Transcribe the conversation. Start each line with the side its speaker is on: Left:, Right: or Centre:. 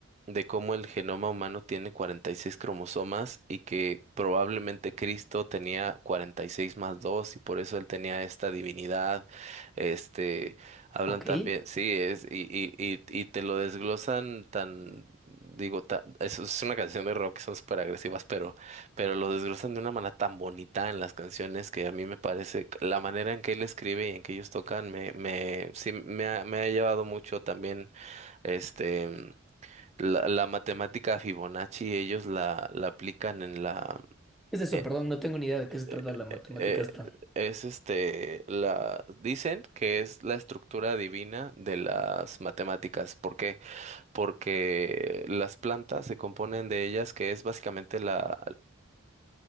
Right: de cómo el genoma humano tiene 46 cromosomas y que probablemente Cristo tenía 46 más 2 y por eso él tenía esta divinidad. Este, hablan
Centre: Ok.
Right: también,
Centre: ¿Qué
Right: sí, es, y, y, y, y te lo desglosan tan, digo, ta- es, es una canción de rock, son súper agresivas, pero, pero lo desglosan de una manera tan bonita en las canciones que a mí me parece, la manera en que él escribe y en que ellos tocan, me, me, sí, me ha, me ha llevado mucho también este, la, la matemática Fibonacci, ellos la, la aplican en la...
Centre: es eso?
Right: eh,
Centre: Perdón, no tengo ni idea de
Right: eh,
Centre: qué se trata la matemática
Right: eh,
Centre: esta.
Right: eh, es este, la... Dicen que es la estructura divina de las matemáticas. ¿Por qué? Porque las plantas se componen de ellas, que es básicamente la,